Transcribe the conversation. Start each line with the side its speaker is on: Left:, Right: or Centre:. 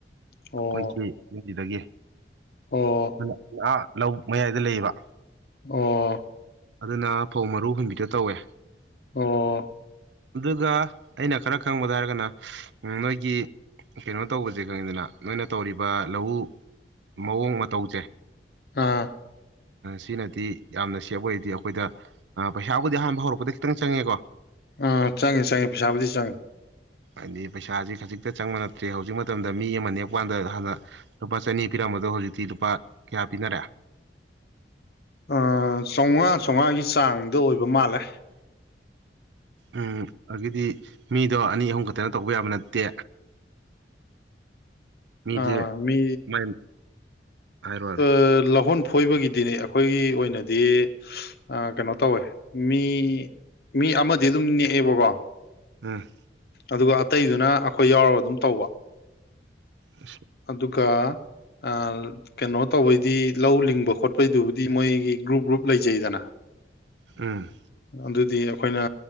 Left: ꯑꯣ
Right: ꯑꯩꯈꯣꯏꯒꯤ ꯈꯣꯏ ꯁꯤꯗꯒꯤ
Left: ꯑꯣ
Right: ꯑꯗꯨꯅ ꯑꯥ ꯂꯧꯕꯨꯛ ꯃꯌꯥꯏꯗ ꯂꯩꯌꯦꯕ
Left: ꯑꯣ
Right: ꯑꯗꯨꯅ ꯐꯧ ꯃꯔꯨ ꯍꯨꯟꯕꯤꯗꯣ ꯇꯧꯋꯦ
Left: ꯑꯣ
Right: ꯑꯗꯨꯒ ꯑꯩꯅ ꯈꯔ ꯈꯪꯕꯗ ꯍꯥꯏꯔꯒꯅ ꯅꯣꯏꯒꯤ ꯀꯩꯅꯣ ꯇꯧꯕꯁꯦ ꯈꯪꯉꯤꯗꯅ ꯅꯣꯏꯅ ꯇꯧꯔꯤꯕ ꯂꯧꯎ ꯃꯑꯣꯡ ꯃꯇꯧꯁꯦ
Left: ꯑꯥ
Right: ꯁꯤꯅꯗꯤ ꯌꯥꯝꯅ ꯁꯦꯞ ꯑꯣꯏꯔꯗꯤ ꯑꯩꯈꯣꯏꯗ ꯄꯩꯁꯥꯕꯨꯗꯤ ꯑꯍꯥꯟꯕ ꯍꯧꯔꯛꯄꯗ ꯈꯤꯇꯪ ꯆꯪꯉꯦꯀꯣ
Left: ꯎꯥ ꯆꯪꯉꯦ ꯆꯪꯉꯦ ꯄꯩꯁꯥꯕꯨꯗꯤ ꯆꯪꯉꯦ
Right: ꯍꯥꯏꯗꯤ ꯄꯩꯁꯥꯁꯤ ꯈꯖꯤꯛꯇ ꯆꯪꯕ ꯅꯠꯇ꯭ꯔꯦ ꯍꯧꯖꯤꯛ ꯃꯇꯝꯗ ꯃꯤ ꯑꯃ ꯅꯦꯛꯄ ꯀꯥꯟꯗ ꯍꯥꯟꯅ ꯂꯨꯄꯥ ꯆꯅꯤ ꯄꯤꯔꯝꯕꯗꯣ ꯍꯧꯖꯤꯛꯇꯤ ꯂꯨꯄꯥ ꯀꯌꯥ ꯄꯤꯅꯔꯦ
Left: ꯑꯥ ꯆꯧꯉꯥ ꯆꯧꯉꯥꯒꯤ ꯆꯥꯡꯗ ꯑꯣꯏꯕ ꯃꯥꯜꯂꯦ
Right: ꯎꯝ ꯑꯒꯤꯗꯤ ꯃꯤꯗꯣ ꯑꯅꯤ ꯑꯍꯨꯝ ꯈꯛꯇꯅ ꯇꯧꯕ ꯌꯥꯕ ꯅꯠꯇꯦ ꯃꯤꯁꯦ
Left: ꯑꯥ ꯃꯤ
Right: ꯃꯥꯏ ꯍꯥꯏꯔꯣ ꯍꯥꯏꯔꯣ
Left: ꯑꯥ ꯂꯧꯍꯣꯟ ꯐꯣꯏꯕꯒꯤꯗꯤꯅꯦ ꯑꯩꯈꯣꯏꯒꯤ ꯑꯣꯏꯅꯗꯤ ꯑꯥ ꯀꯩꯅꯣ ꯇꯧꯋꯦ ꯃꯤ ꯃꯤ ꯑꯃꯗꯤ ꯑꯗꯨꯝ ꯅꯦꯛꯑꯦꯕꯀꯣ
Right: ꯎꯝ
Left: ꯑꯗꯨꯒ ꯑꯇꯩꯗꯨꯅ ꯑꯩꯈꯣꯏ ꯌꯥꯎꯔꯒ ꯑꯗꯨꯝ ꯇꯧꯕ
Right: <inaudible>
Left: ꯑꯗꯨꯒ ꯑꯥ ꯀꯩꯅꯣ ꯇꯧꯕꯩꯗꯤ ꯂꯧ ꯂꯤꯡꯕ ꯈꯣꯠꯄꯩꯗꯨꯕꯨꯗꯤ ꯃꯣꯏꯒꯤ ꯒ꯭ꯔꯨꯞ ꯒ꯭ꯔꯨꯞ ꯂꯩꯖꯩꯗꯅ
Right: ꯎꯝ
Left: ꯑꯗꯨꯗꯤ ꯑꯩꯈꯣꯏꯅ